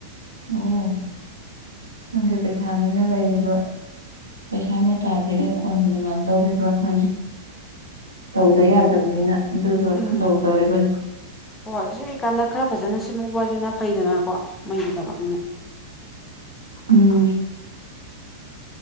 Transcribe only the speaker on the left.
ꯎꯝ
ꯍꯣꯏ ꯁꯤꯜꯂꯤꯀꯥꯟꯗ ꯈꯔ ꯐꯖꯅ ꯁꯦꯝꯃꯧꯕꯁꯤꯅ ꯐꯩꯗꯅꯀꯣ ꯃꯩꯒꯤ ꯊꯕꯛꯅꯤꯅꯦ